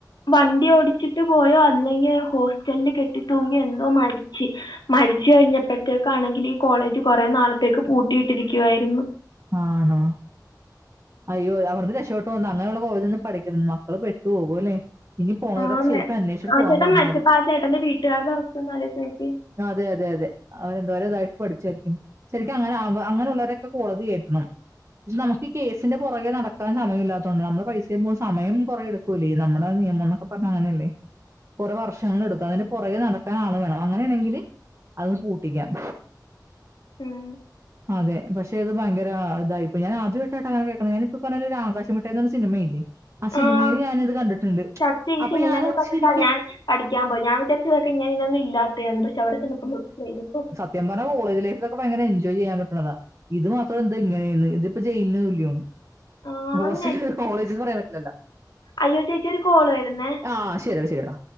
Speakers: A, on the left (about 85°); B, on the right (about 40°).
A: വണ്ടി ഓടിച്ചിട്ട് പോയോ അല്ലെങ്കി ഹോസ്റ്റല്ല് കെട്ടി തൂങ്ങി എന്തോ മര്ച്ച് മരിച്ചു കഴിഞ്ഞപ്പഴ്ത്തേക്കാണെങ്കിൽ ഈ കോളേജ് കൊറേ നാളത്തേക്ക് പൂട്ടിയിട്ടിരിക്കുവായിരുന്നു
B: ആണോ അയ്യോ അവിട്ന്ന് രക്ഷപ്പെട്ട് വന്നൊ അങ്ങനൊള്ള കോളേജൊന്നും പഠിക്കണ്ട മക്കള് പെട്ടോകും അല്ലേ ഇനി പോണവരൊക്കെ
A: ആന്നെ
B: ശരിക്കും അന്വേഷിച്ചിട്ട്
A: ആഹ്
B: പോകാൻ
A: ചേട്ടൻ
B: പറഞ്ഞാൽ
A: മര്ച്ചപ്പോ
B: മതി
A: ആഹ് ചേട്ടെന്റെ വീട്ടാര്ടവസ്ഥൊന്ന് ആലോയ്ച്ചോക്ക്യേ
B: അതെ അതെ അതെ അവന് എന്തോരം ഇതായിട്ട് പഠിച്ചാര്ക്കും ശരിക്കും അങ്ങനെ അങ്ങനൊള്ളോരൊക്കെ കോടതി കേറ്റണം പക്ഷെ നമുക്ക് പൊറകെ നടക്കാൻ സമയല്ലാത്തോണ്ടാ നമ്മളെ പൈസെം പോം സമയം കൊറേ എടുക്കൂല്ലീ നമ്മടെ നിയമന്നൊക്ക പർഞ്ഞാ അങ്ങനെല്ലേ കൊറെ വർഷങ്ങളിടുക്കും അതിന്റെ പൊറകെ നടക്കാൻ ആള് വേണം അങ്ങനെ ആണെങ്കില് അത് പൂട്ടിക്കാം
A: ഉം
B: അതെ പഷേത് ഭയ്ങ്കരാ ഇതായിപ്പോയി ഞാൻ ആദ്യായ്ട്ടാട്ടാ അങ്ങനെ കേക്ക്ണേ ഞാനിപ്പ പർഞ്ഞ ഒരു ആകശമുട്ടെ എന്നൊരു സിനിമയില്ലേ ആ സിനിമയിൽ
A: ആഹ്
B: ഞാനിത് കണ്ടിട്ടുണ്ട്
A: സത്യം ഈ
B: അപ്പൊ
A: സിനിമെക്കെ
B: ഞാനോട്
A: കണ്ടിട്ട
B: ശരിക്കും
A: ഞാൻ പഠിക്കാൻ പോയി ഞാൻ വിചാര് <unintelligible> ഇല്ലാത്തെയാണ് പക്ഷെ അവിടെ ചെന്നപ്പം <unintelligible>
B: ത്യം പർണാ കോളേജ് ലൈഫ് കെ ഭയ്ങ്കര എൻജോയ് ചെയ്യാൻ പറ്റ്ണതാ ഇത് മാത്രൊ എന്താ ഇങ്ങെനേന്ന ഇതിപ്പ ജയിൽന് തുല്യോൺ
A: ആന്നെ
B: ഹോസ്റ്റല് കോളേജിന്ന് പറയാൻ പറ്റ്ലല്ലാ
A: അയ്യോ ചേച്ചി ഒരു കോള് വര്ന്നേ
B: ആഹ് ശരിടാ ശരിടാ